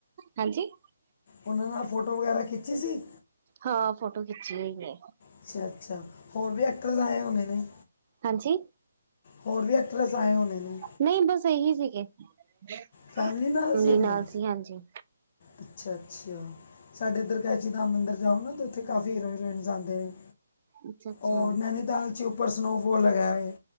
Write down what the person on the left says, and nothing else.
ਉਹਨਾਂ ਨਾਲ ਫੋਟੋ ਵਗੈਰਾ ਖਿੱਚੀ ਸੀ।
ਅੱਛਾ ਅੱਛਾ ਹੋਰ ਵੀ ਐਕਟਰਸ ਆਏ ਹੋਣੇ ਨੇ
ਹੋਰ ਵੀ ਐਕਟਰੈਸ ਆਏ ਹੁਣੇ ਨੇ।
ਫੈਮਿਲੀ ਸੀ ਆਪਣੇ
ਅੱਛਾ ਅੱਛਾ ਸਾਡੇ ਇੱਧਰ ਕੈਚੀ ਨਾਮ ਮੰਦਰ ਜਾਓ ਨਾ। ਉੱਥੇ ਕਾਫੀ ਹੀਰੋ ਹੀਰਇਨਜ਼ ਆਦੇ ਨੇ
ਔਰ ਨੈਨੀਤਾਲ। ਬੱਚੀ, ਉੱਪਰ ਸਨੋਫਾਲ ਲਗਾ ਹੈ